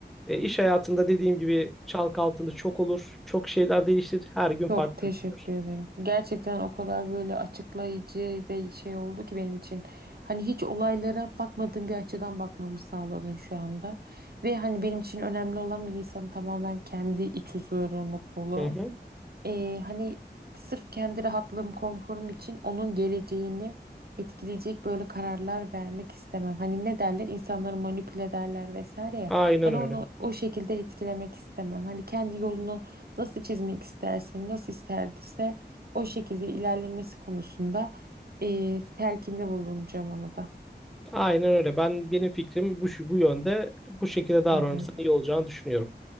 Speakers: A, in the centre; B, on the right.
A: e, iş hayatında dediğim gibi çalk altında çok olur. Çok şeyler değişir. Her gün farklı
B: Çok teşekkür
A: bir gündür.
B: ederim. Gerçekten o kadar böyle açıklayıcı ve şey oldu ki benim için. Hani hiç olaylara bakmadığım bir açıdan bakmamı sağladın şu anda. Ve hani benim için önemli olan bir insanın tamamen kendi iç huzuru, mutluluğu.
A: Hı hı.
B: Ee, hani sırf kendi rahatlığım, konforum için onun geleceğini etkileyecek böyle kararlar vermek istemem. Hani ne derler? İnsanları manipüle ederler vesaire ya.
A: Aynen
B: Hani
A: öyle.
B: onu o şekilde etkilemek istemem. Hani kendi yolunu nasıl çizmek isterse, nasıl isterdiyse o şekilde ilerlemesi konusunda ee, telkinde bulunacağım ona da.
A: Aynen öyle. Ben benim fikrim bu şu- bu yönde. Bu şekilde davranırsan
B: Hı hı.
A: iyi olacağını düşünüyorum.